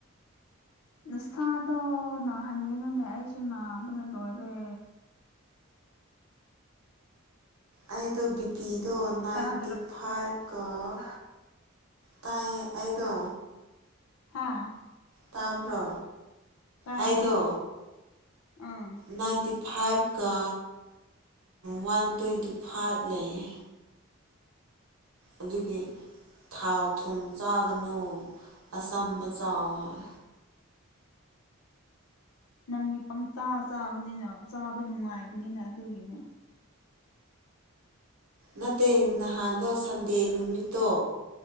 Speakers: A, on the left; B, on the right.
A: ꯅꯁꯥꯗꯣ ꯅꯥꯍꯟꯒꯅꯨꯅꯦ ꯑꯩꯁꯨ ꯅꯥꯕꯅ ꯂꯣꯏꯔꯦ
B: ꯑꯩꯗꯣ ꯕꯤ ꯄꯤꯗꯣ ꯅꯥꯏꯟꯇꯤꯞ
A: ꯇꯥꯗ꯭ꯔꯣ
B: ꯐꯥꯏꯚ ꯀ ꯇꯥꯏꯌꯦ ꯑꯩꯗꯣ
A: ꯍꯥꯥ
B: ꯇꯥꯕ꯭ꯔꯣ
A: ꯇꯥꯢꯌꯦ
B: ꯑꯩꯗꯣ
A: ꯎꯝ
B: ꯅꯥꯏꯟꯇꯤ ꯐꯥꯏꯚꯀ ꯋꯥꯟ ꯇ꯭ꯋꯦꯟꯇꯤ ꯐꯥꯏꯚ ꯂꯩꯌꯦ ꯑꯗꯨꯒꯤ ꯊꯥꯎ ꯊꯨꯝ ꯆꯥꯒꯅꯣ ꯑꯆꯝꯕ ꯆꯥꯎ ꯍꯥꯢ
A: ꯅꯪꯒꯤ ꯄꯪꯆꯥ ꯆꯥꯕꯅꯤꯅ ꯆꯥꯕ ꯅꯨꯡꯉꯥꯢꯕꯅꯤꯅ ꯑꯗꯨꯒꯤꯅꯦ
B: ꯅꯠꯇꯦ ꯅꯍꯥꯟꯗꯣ ꯁꯟꯗꯦ ꯅꯨꯃꯤꯠꯇꯣ